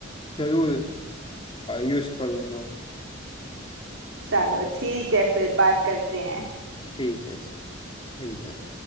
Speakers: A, on the left; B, on the right.
A: जरूर यूज करूंगा
B: चलो ठीक है फिर बात करते हैं
A: ठीक है जी मिलते हैं